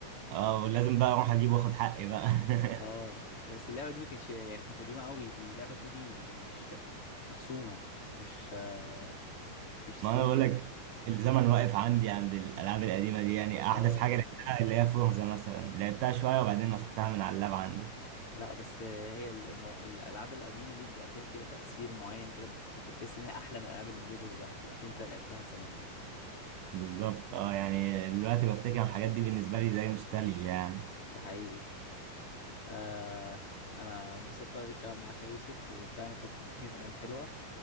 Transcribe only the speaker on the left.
اه بس اللعبة دي ما كانتش يعني كانت قديمة قوي دي لعبة 2 دي يعني مش مرسومة مش آه، مش
3
دي
اه
لا بس هي المو... الالعاب القديمة دي بيبقى فيها كده تأثير معين كده بت... بتحس ان هي احلى من الالعاب الموجودة دلوقتي عشان انت لعبتها زمان
ده حقيقي آه انا انبسطت قوي بالكلام معاك يا يوسف وفعلا فكرتني بايام حلوه